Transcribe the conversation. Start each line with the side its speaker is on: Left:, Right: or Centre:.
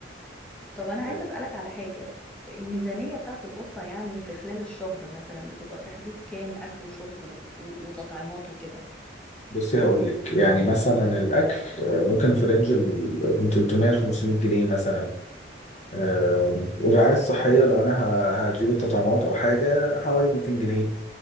Centre: طب انا عايزه
Left: طيب
Centre: اسالك على حاجه الميزانيه بتاعت القطه يعني في خلال الشهر مثلا بتبقى في حدود كام اكل وشرب و- وتطعيمات وكده
Left: بصي هقول لك يعني مثلا الاكل آه، ممكن في رينج ال من 300 ل 500 جنيه مثلا آه، الرعاية الصحية لو أنا ه- هجيب التطعيمات أو حاجة حوالي 200 جنيه